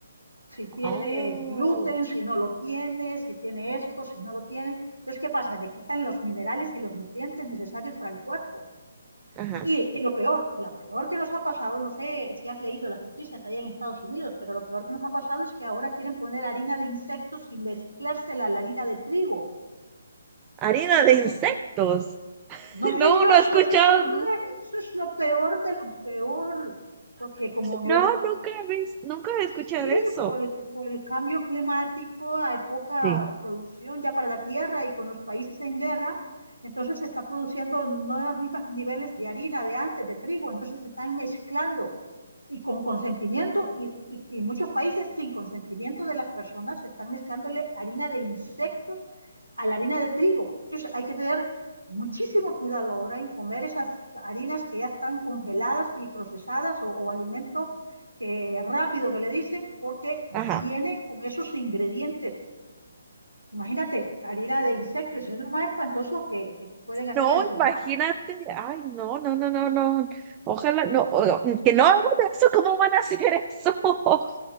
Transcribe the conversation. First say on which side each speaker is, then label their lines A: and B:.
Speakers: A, on the right; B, on the right.
A: Si tiene
B: Oh,
A: gluten, si no lo tiene, si tiene esto, si no lo tiene. Entonces, ¿qué pasa? Le quitan los minerales y los nutrientes necesarios para el cuerpo.
B: ajá.
A: Y, y lo peor, la peor que nos ha pasado, no sé si has leído las noticias allá en Estados Unidos, pero lo peor que nos ha pasado es que ahora quieren poner harina de insectos y mezclársela a la harina de trigo.
B: Harina
A: Una
B: de
A: cosa
B: insectos. <laughs>
A: ¿No has
B: No,
A: leído
B: no
A: eso?
B: he escuchado.
A: Eso es horrible, eso es lo peor de lo peor, porque como
B: No,
A: el,
B: nunca he vis- nunca he
A: sí,
B: escuchado eso.
A: por el, por el cambio climático hay poca
B: Sí.
A: producción ya para la tierra y con los países en guerra, entonces se está produciendo no los mismos niveles de harina de antes, de trigo, entonces se están mezclando y con consentimiento, y, y, y, muchos países sin consentimiento de las personas están mezclándole harina de insectos a la harina de trigo. Entonces hay que tener muchísimo cuidado ahora en comer esas harinas que ya están congeladas y procesadas o, o alimentos que rápido que le dicen, porque viene
B: Ajá.
A: con esos ingredientes. Imagínate, harina de insectos, eso es lo más espantoso que, que pueden hacerle
B: No,
A: al ser
B: imagínate,
A: humano.
B: ay, no, no, no, no, no, ojalá, no, o- que no hagan eso, ¿cómo van a hacer eso? <laughs>